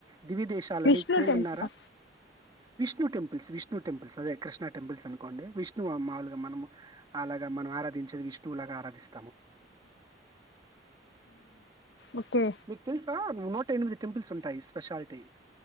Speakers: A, on the right; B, on the left.
A: దివి దేశాలని
B: విష్ణు
A: పేరు
B: temple
A: విన్నారా Vishnu temples Vishnu temples అదే కృష్ణ టెంపుల్స్ అనుకోండి విష్ణు మాముూలుగా మనం అలాగా మనం ఆరాధించ విష్ణులగాారాదిస్తంది
B: ఓకే
A: వికిిల్ నూట ఎనిమిది టింపుల్స్ ఉంటాయి స్పెషాలిటీ